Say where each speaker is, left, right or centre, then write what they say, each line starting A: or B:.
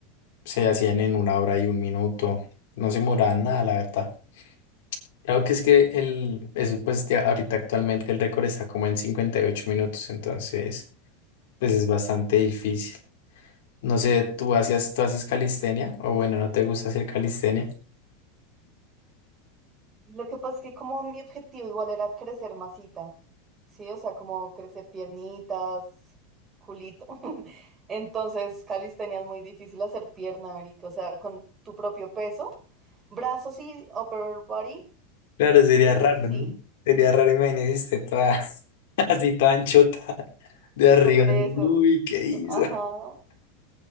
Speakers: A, on the left; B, on the right.
A: se hacían en una hora y un minuto, no se demoraban nada, la verdad. Claro que es que el, eso pues ya ahorita actualmente el récord está como en 58 minutos, entonces... pues es bastante difícil. No sé, ¿tú hacías, tú haces calistenia? O bueno, ¿no te gusta hacer calistenia?
B: Lo que pasa es que como mi objetivo igual era crecer masita, ¿sí? O sea, como crecer piernitas, culito. <laughs> Entonces, calistenia es muy difícil hacer pierna, marica, O sea, con tu propio peso, brazos y upper body,
A: Claro, sería
B: le-
A: raro,
B: sí,
A: ¿no? Sería raro, imagínate, esté toda <laughs> así toda anchota de arriba.
B: por
A: ¿no?
B: eso,
A: Uy,
B: por
A: ¿qué
B: eso.
A: hizo?
B: Ajá,